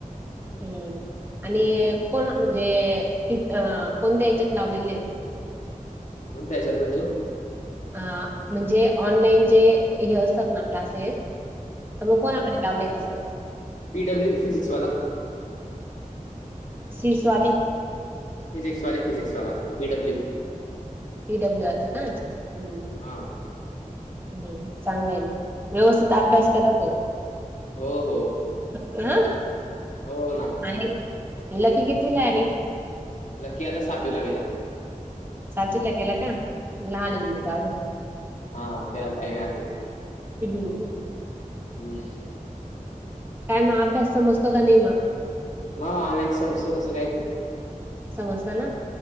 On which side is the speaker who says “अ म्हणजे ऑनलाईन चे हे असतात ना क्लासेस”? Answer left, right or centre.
Right